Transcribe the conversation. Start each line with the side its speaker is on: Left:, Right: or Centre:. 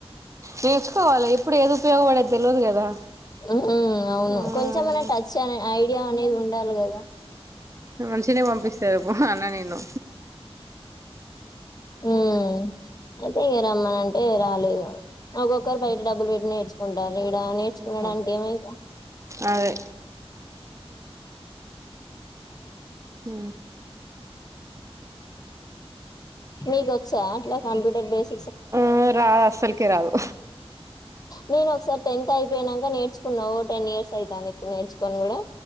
Right: నేర్చుకోవాలి ఇప్పుడు ఎప్పుడు ఏది ఉపయోగపడేది తెలియదు కదా
Left: ఉహు అవును
Right: మ్మ్
Left: కొంచెం అన టచ్ అనే ఐడియా అనేది ఉండాలి కదా
Right: మంచినే పంపిస్తారు అన్న నేను
Left: ఉమ్ అయితే రమ్మని అంటే రాలేదు ఒక్కొక్కరు బయట డబ్బులు పెట్టి నేర్చుకుంట రూ ఇడ నేర్చుకున్నాడానికి
Right: మ్మ్
Left: ఏమైతది
Right: అదే అ
Left: మీకు వచ్చ అట్లా కంప్యూటర్ బేస్
Right: ఆ రాదు అస్సలకి రాదు
Left: నేను ఒకసారి టెన్త్ అయిపోయినాక నేర్చుకున్నా ఓ టెన్ ఇయర్స్ అవుతది ఇప్పుడు నేర్చుకోని కూడా